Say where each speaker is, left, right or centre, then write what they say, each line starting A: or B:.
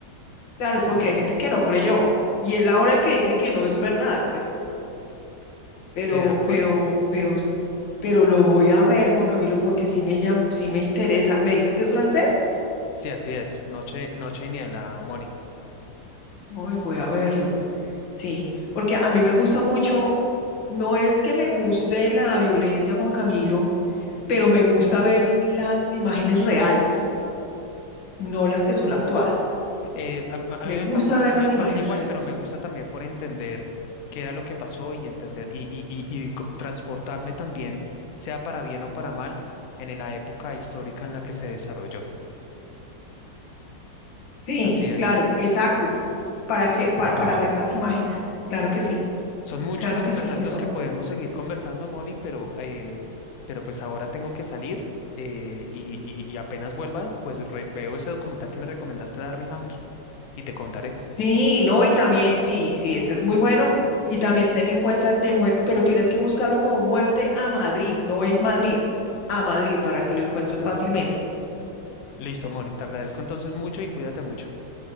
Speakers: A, on the left (about 80°); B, on the left (about 65°).
A: claro,
B: Entonces,
A: porque hay gente que no creyó, y es la hora que dicen que no es verdad, pero pero,
B: sí, de acuerdo.
A: pero, pero, pero lo voy a ver, Juan Camilo, porque sí me llam- sí me interesa. ¿Me dices que es francés?
B: Sí, así es. Noche, noche y niebla, Moni.
A: Hoy voy a verlo. Sí, porque a mí me gusta mucho, no es que me guste la violencia, Juan Camilo, pero me gusta ver las imágenes reales, no las que son actuadas.
B: Eh, a, a
A: Me
B: mí me
A: gusta
B: pasa,
A: ver
B: a
A: las
B: mí me
A: imágenes
B: pasa igual,
A: reales.
B: pero me gusta también por entender qué era lo que pasó y entender y, y, y- y co- transportarme también, sea para bien o para mal, en la época histórica en la que se desarrolló.
A: Sí,
B: Así es.
A: claro, exacto, para que, para, para ver las imágenes. Claro que sí,
B: Son muchos
A: claro
B: documentales
A: que sí, eso.
B: los que podemos seguir conversando, Moni, pero, eh, pero pues ahora tengo que salir eh, y, y- y apenas vuelva, pues re- veo ese documental que me recomendaste de Armie Hammer y te contaré.
A: Sí, no, y también, sí, sí, ese es muy bueno. Y también ten en cuenta el de muerte, pero tienes que buscarlo como muerte a Madrid, no en Madrid, a Madrid, para que lo encuentres fácilmente.
B: Listo, Moni, te agradezco entonces mucho y cuídate mucho.